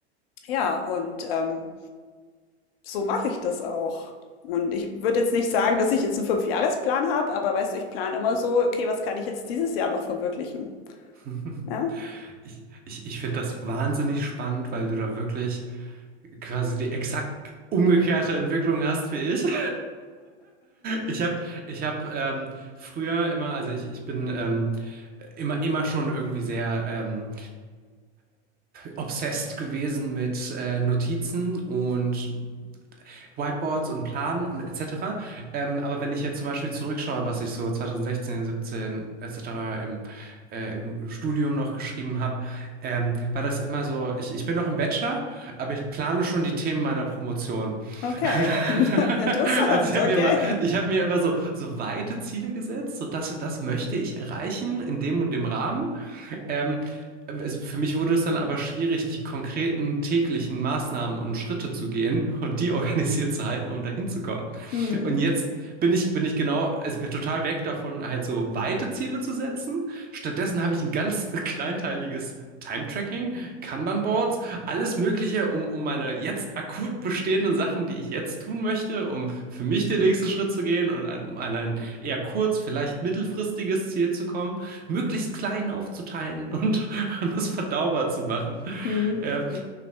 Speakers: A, on the left; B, on the right.
A: Ja, und ähm, so mache ich das auch. Und ich würde jetzt nicht sagen, dass ich jetzt einen Fünfjahresplan habe, aber weißt du, ich plane immer so, okay, was kann ich jetzt dieses Jahr noch verwirklichen?
B: <laughs>
A: Ja,
B: Ich, ich, ich finde das wahnsinnig spannend, weil du da wirklich quasi die exakt umgekehrte Entwicklung hast wie ich. <laughs> Ich habe ich hab, ähm, früher immer, also ich, ich bin ähm, immer, immer schon irgendwie sehr ähm, obsessed gewesen mit äh, Notizen und Whiteboards und Planen und etc. Ähm, aber wenn ich jetzt zum Beispiel zurückschaue, was ich so 2016, 17 etc. im, äh, im Studium noch geschrieben habe, ähm, war das immer so, ich, ich bin noch im Bachelor, aber ich plane schon die Themen meiner Promotion.
A: okay.
B: <laughs>
A: <laughs> Interessant,
B: Also ich habe
A: okay.
B: mir immer, ich habe mir immer so, so weite Ziele gesetzt, so das und das möchte ich erreichen in dem und dem Rahmen. Ähm, es, für mich wurde es dann aber schwierig, die konkreten täglichen Maßnahmen und Schritte zu gehen und die <laughs> organisiert zu halten, um dahin zu kommen.
A: Hm.
B: Und jetzt bin ich, bin ich genau, es bin total weg davon, halt so weite Ziele zu setzen. Stattdessen habe ich ein ganz <laughs> kleinteiliges Time-Tracking, Kanban-Boards, alles Mögliche, um, um meine jetzt akut bestehenden Sachen, die ich jetzt tun möchte, um für mich den nächsten Schritt zu gehen und an, um an ein eher kurz, vielleicht mittelfristiges Ziel zu kommen, möglichst klein aufzuteilen <laughs> und, und das verdaubar zu machen.
A: Hm.
B: Äh,
A: Hm.